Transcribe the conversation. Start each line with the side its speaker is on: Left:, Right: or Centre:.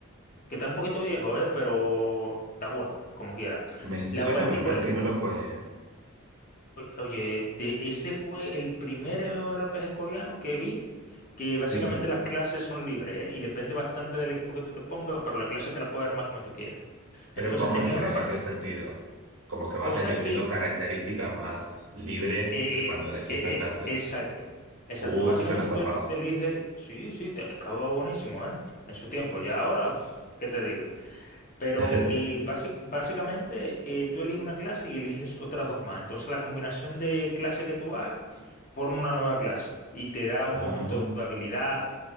Left: que está un poquito viejo, eh, pero está bueno, como quiera.
Right: Me suena,
Left: La partícula,
Right: pero me parece que no lo juegue. ¿eh?
Left: oye, de ese fue el primer MMORPG coreano que vi, que
Right: Sí.
Left: básicamente las clases son libres, eh, y depende bastante del equipo que tú te pongas, pero la clase te la puedes armar como tú quieras.
Right: Pero
Left: Entonces
Right: ¿cómo
Left: tenía
Right: libres?
Left: una par-
Right: ¿En qué sentido? Como que vas
Left: cosa
Right: eligiendo
Left: que,
Right: características más libre
Left: eh,
Right: que cuando elegís
Left: eh, eh,
Right: una
Left: eh,
Right: clase.
Left: exacto, exacto,
Right: Uh,
Left: básicamente
Right: suena zarpado.
Left: tú el- tú eliges, sí, sí, es que estaba buenísimo, eh, en su tiempo, ya ahora, pf, ¿qué te digo? Pero
Right: <laughs>
Left: eh, basi- básicamente eh, tú eliges una clase y eliges otras dos más. Entonces la combinación de clases que tú hagas forma una nueva clase y te da un
Right: Ah,
Left: conjunto de habilidades